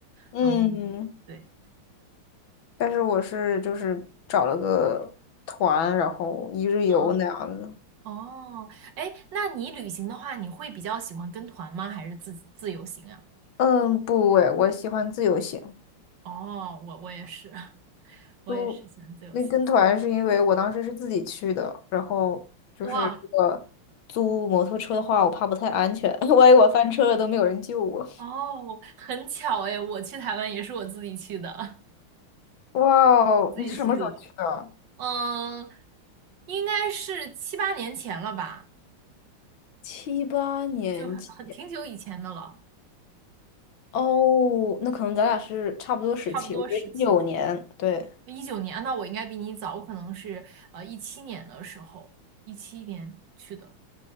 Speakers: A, on the left; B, on the right.
A: 嗯，
B: 然后对，
A: 但是我是就是找了个团，然后一日游那样子。
B: 嗯，哦，哎，那你旅行的话，你会比较喜欢跟团吗？还是自自由行啊？
A: 嗯，不诶，我喜欢自由行。
B: 哦，我我也是，<laughs> 我也是喜欢自由行。
A: 就那跟团是因为我当时是自己去的，然后就是如果租摩托车的话，
B: 哇，
A: 我怕不太安全，<laughs> 万一我翻车了都没有人救我。
B: 哦，很巧哎，我去台湾也是我自己去的，
A: 哇哦，
B: <laughs> 我自己去旅游。
A: 你是什么时候去的？
B: 嗯，应该是七八年前了吧，
A: 七八年前
B: 就很很挺久以前的了。
A: 哦，那可能咱俩是差不多时期，
B: 差不多时期，
A: 我是一九年，对
B: 一九年，啊那我应该比你早，我可能是呃一七年的时候，一七年去的，